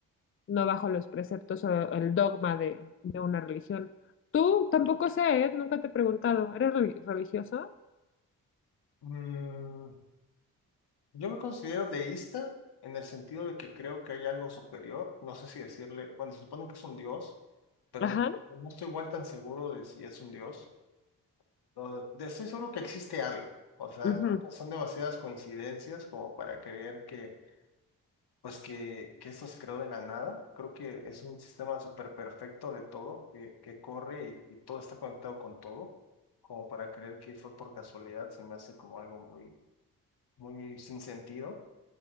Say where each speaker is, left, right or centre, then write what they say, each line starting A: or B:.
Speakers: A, on the left; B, on the left.
A: no bajo los preceptos o el dogma de, de una religión. Tú tampoco sé, ¿eh? Nunca te he preguntado, ¿eres reli- religioso?
B: Mm, yo me considero deísta en el sentido de que creo que hay algo superior. No sé si decirle, bueno, se supone que es un dios, pero
A: Ajá.
B: no, no estoy igual tan seguro de si es un dios. No, de- estoy seguro que existe algo. O sea,
A: Ujú,
B: creo que son demasiadas coincidencias como para creer que Pues que, que esto se creó de la nada. Creo que es un sistema súper perfecto de todo, que, que corre y, y todo está conectado con todo, como para creer que fue por casualidad, se me hace como algo muy, muy sin sentido.